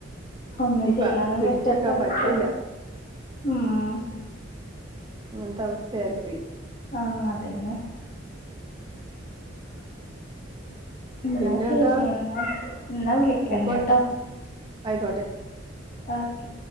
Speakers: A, on the left; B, on the right.
A: ഒന്നും
B: ഇനിയിപ്പ
A: ചെയ്യാനും
B: പിടിച്ചെക്കാൻ
A: പറ്റാത്ത അവസ്ഥ..
B: പറ്റൂല
A: ഉം...
B: അങ്ങനത്തെ അവസ്ഥയായിപ്പോയി
A: ആഹ് അതന്നെ എന്നാ
B: പിന്നെന്താ
A: ശരി.. എന്നാ.. എന്നാ വിളിക്കണ്ട
B: ആയിക്കോ
A: ട്ടോ.
B: ആയിക്കോട്ടെ.
A: ഓക്കെ.